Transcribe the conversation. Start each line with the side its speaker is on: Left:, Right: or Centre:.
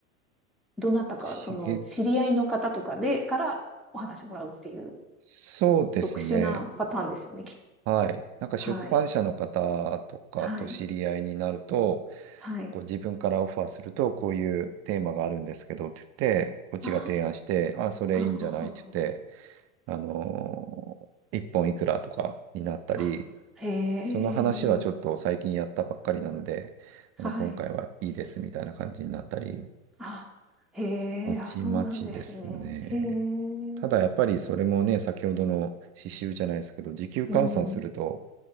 Centre: どなたか、
Right: 刺げ、
Centre: その、知り合いの方とかで、からお話もらうっていう、
Right: そうですね。
Centre: 特殊なパターンですよね、きっ
Right: はい。なんか出版社の方とかと知り合いになると、
Centre: と。はい。はい。はい。
Right: こう自分からオファーすると、こういうテーマがあるんですけどって言って、こっちが提案して、
Centre: あ
Right: あ、それいいんじゃないって言って、
Centre: あ、あはは
Right: あのー一本いくらとかになったり、
Centre: は。あ、へえ、
Right: その話はちょっと最近やったばっかりなので、
Centre: はい。
Right: あの、今回はいいですみたいな感じになったり、
Centre: あ、へえ、
Right: まちまちですね。
Centre: あ、そうなんですね。へえ。
Right: ただやっぱりそれもね、先ほどの刺繍じゃないですけど、時給換算すると、
Centre: うん。